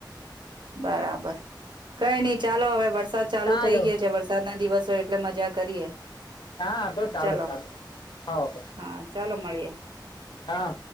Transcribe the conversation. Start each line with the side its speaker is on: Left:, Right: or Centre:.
Right: બરાબર, કઈ નઈ ચાલો હવે વરસા વરસાદ ચાલુ
Left: ચાલો
Right: થઈ ગયો છે વરસાદના દિવસો એટલે મજા કરીએ.
Left: હા તો ચાલે
Right: ચલો
Left: ચાલે, હોવ
Right: હા ચાલો મળીએ
Left: હા.